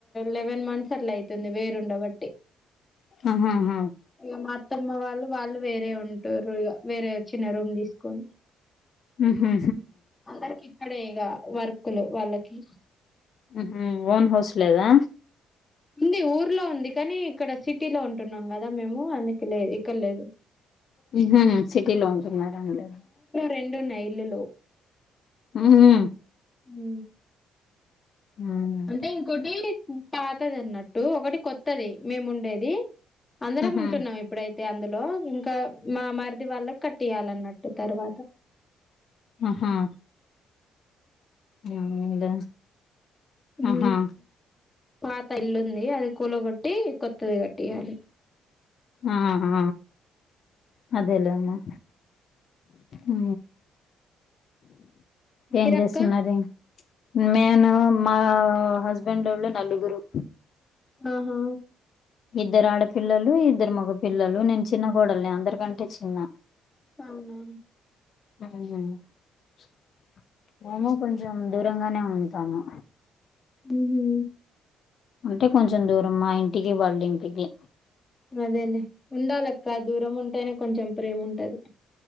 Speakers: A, on the left; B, on the left.
A: లెవెన్ మంత్స్ అట్లా అయితుంది వేరుండబట్టి
B: ఆహాహా
A: ఇగ మా అత్తమ్మ వాళ్ళు వాళ్ళు వేరే ఉంటుర్రు ఇగ వేరే చిన్న రూమ్ తీసు కొని
B: ఉహుహు
A: అందరికి ఇక్కడే ఇగ వర్క్ కులు వాళ్ళకి
B: ఉహూ ఓన్ హౌస్ లేదా
A: ఉంది ఊర్లో ఉంది కానీ ఇక్కడ సిటీలో ఉంటున్నాం కదా మేము అందుకు లేదు ఇక్కడ లేదు
B: ఉహూ సిటీలో ఉంటున్నార అందరు
A: రెండున్నాయి ఇల్లులు
B: ఉహు
A: మ్
B: హ్మ్
A: అంటే ఇంకోటి పాతది అన్నట్టు ఒకటి కొత్తది మేము ఉండేది అందరం
B: ఉహు
A: ఉంటున్నాం ఇప్పుడైతే అందులో ఇంకా మా మరిది వాళ్ళకు కట్టియ్యాలన్నట్టు తర్వాత
B: ఆహా అవునులే
A: ఊ
B: ఆహా
A: పాత ఇల్లుంది అది కూలగొట్టి కొత్తది కట్టియాలి
B: ఆ ఆ అదేలే అమ్మ ఊ
A: మీరక్క
B: ఏం చేస్తున్నాది మేను మా హస్బెండోళ్లు నలుగురు
A: ఆహా
B: ఇద్దరు ఆడపిల్లలు ఇద్దరు మగ పిల్లలు నేను చిన్న కోడల్ని అందరికంటే చిన్న
A: అవునా
B: <inaudible> మేమూ కొంచెం దూరంగానే ఉంటాను
A: ఉహూ
B: అంటే కొంచెం దూరం మా ఇంటికి వాళ్ళ ఇంటికి
A: అదేలే ఉండాలక్క దూరం ఉంటేనే కొంచెం ప్రేమ ఉంటది